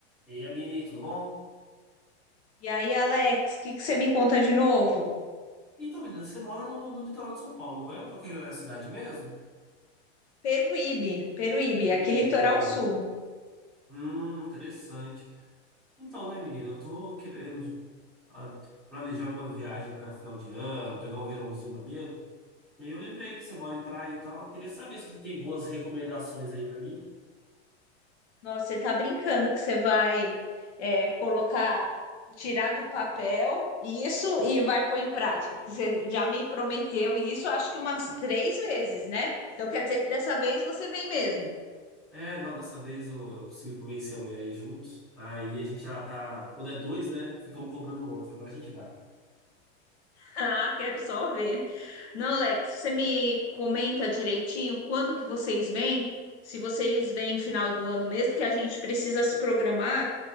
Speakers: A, in the centre; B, on the left (about 75°).
A: E aí, Aline, tudo bom?
B: E aí, Alex, o que que você me conta de novo?
A: Então, menina, você mora no, no litoral de São Paulo, não é? Qual que é a cidade mesmo?
B: Peruíbe, Peruíbe,
A: Peruíbe.
B: aqui litoral sul.
A: Hum, interessante. Então, né, menina, eu tô querendo ah, planejar alguma viagem para final de ano, pegar um verãozinho maneiro. E eu lembrei que você mora em praia e tal. Queria saber se você tem boas recomendações aí para mim.
B: Nossa, você tá brincando que você vai é, colocar, tirar do papel isso e vai pôr em prática, porque você já me prometeu isso, acho que umas três vezes, né? Então quer dizer que dessa vez você vem mesmo.
A: É, não, dessa vez eu, eu consigo convencer a mulher aí juntos. Aí a gente já tá. Quando é dois, né? Fica um cobrando o outro. Agora a gente vai.
B: Ah, quero só ver. Não, Lex, você me comenta direitinho quando que vocês vêm? Se vocês vêm final do ano mesmo, que a gente precisa se programar